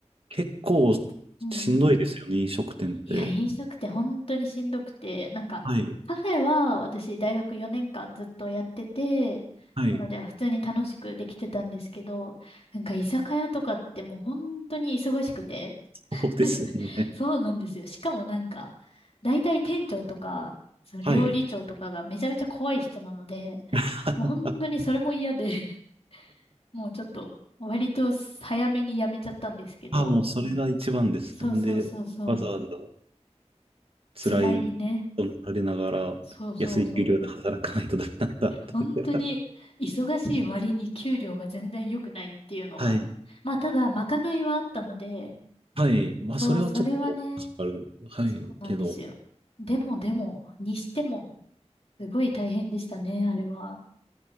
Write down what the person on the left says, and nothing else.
うんうん。
いや、飲食って本当にしんどくて、なんか、
カフェは私大学4年間ずっとやってて、
なので普通に楽しくできてたんですけど、なんか居酒屋とかってもう本当に忙しくて。
<laughs> そうなんですよ。しかもなんか、大体店長とか、その料理長とかがめちゃめちゃ怖い人なので、
もう本当にそれも嫌で、<laughs> もうちょっと割と早めに辞めちゃったんですけど、
そうそうそうそう、
辛いね。
そうそうそう。
本当に忙しい割に給料が全然良くないっていうのが。
まあただ、まかないはあったので、
そう、
それはね、
そうなんですよ。
でもでも、にしても、すごい大変でしたね、あれは。